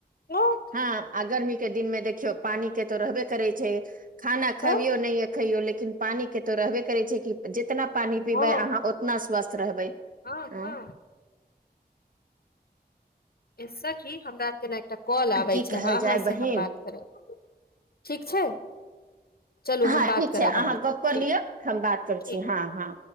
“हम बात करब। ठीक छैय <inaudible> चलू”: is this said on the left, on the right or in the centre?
Left